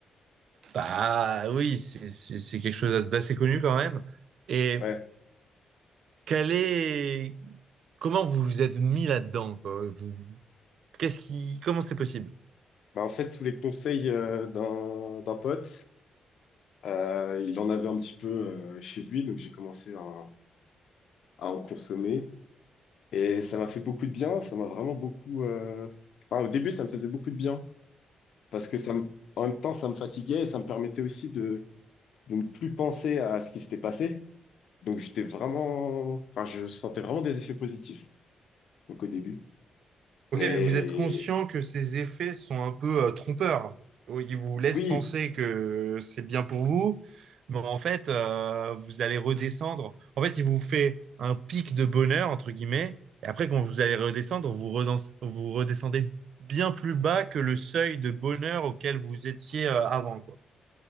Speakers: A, on the right; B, on the left.
A: Bah oui, c'est c'est- c'est quelque chose d'assez connu quand même. Et
B: Ouais.
A: quel est, comment vous vous êtes mis là-dedans, quoi? Vous- qu'est-ce qui, comment c'est possible?
B: Bah, en fait, sous les conseils euh, d'un d'un pote, euh, il en avait un petit peu euh, chez lui, donc j'ai commencé à, à en consommer. Et ça m'a fait beaucoup de bien, ça m'a vraiment beaucoup... euh, Enfin, au début, ça me faisait beaucoup de bien, parce que ça me... en même temps, ça me fatiguait et ça me permettait aussi de, de ne plus penser à ce qui s'était passé. Donc, j'étais vraiment... Enfin, je sentais vraiment des effets positifs, donc au début.
A: Ok,
B: Mais
A: mais vous êtes conscient que ces effets sont un peu euh, trompeurs. Oui, Ils vous laissent
B: oui,
A: penser que c'est bien pour vous, mais en fait, euh, vous allez redescendre. En fait, il vous fait un pic de bonheur, entre guillemets, et après, quand vous allez redescendre, vous, redens- vous redescendez bien plus bas que le seuil de bonheur auquel vous étiez euh, avant, quoi.